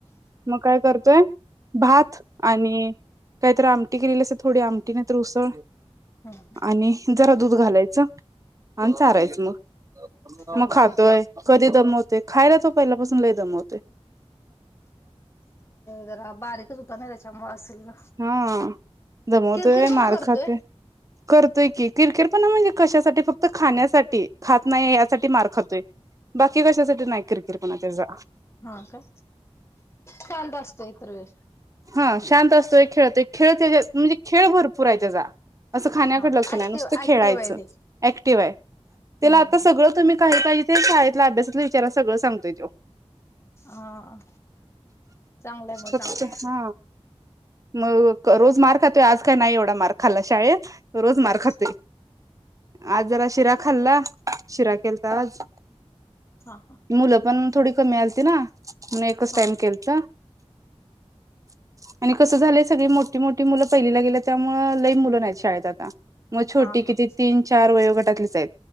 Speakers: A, on the right; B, on the left.
A: मग काय कर - य भात आणि काहीतरी आमटी केलेली अस थोडी आमटी नाही तर उसळ
B: हम ह
A: आणि जरा दूध घालायचं आणि चारायचं मग
B: चालतय
A: मग खातोय.
B: की
A: मव खायला तो पहिल्यापासून ल दमवते.
B: जरा बारीकच होत ना त्याच्यामुंळ असल
A: हा दमवतोय
B: किरकिरपणा
A: मार
B: करतोय.
A: खातोय करतोय की किरकिर पण म्हणजे कशासाठी फक्त खाण्यासाठी खात नाहीे यासाठी मार खातोय. बाकी कशासाठी नाही किरकिर कोणा त्याचा
B: हा काय शांत असतो इतर वेळेस.
A: हा शांत असतोय खेळतो खेळ त्या म्हणजे खेळ भरपूर आहे त्याचा. असं खाण्याकडे
B: हा
A: लक्ष नाही
B: ऍक्टिव्ह
A: नुसतं खेळायचं
B: ऍक्टिव्ह आहे लई
A: ऍक्टिव्ह आहे. त्याला
B: हम्म
A: आता
B: हम्म
A: सगळं तुम्ही काही काही ते शाळेतल्या अभ्यासातल्या विचारांला सगळं सांगतोय तो.
B: हा चांगलंय मग
A: हा
B: चांगलंय
A: मग रोज मार्क खातोय आज काय नाही एवढा मार्क खालाय शाळेत रोज मार
B: हा
A: खातोय आज जरा शिरा खाल्ला, शिरा केलता आज.
B: हा हा
A: मुलं पण थोडी कमी आलती ना एकच
B: हा
A: टाइम केलत. <inaudible> आणि कसं झालंय सगळी मोठी मोठी मुलं पहिलीला गेले त्यामुळं लई मुलं नाहीत शाळेत आता. मग छोटी
B: हा हा
A: किती तीन चार वयोगटातलीच आहेत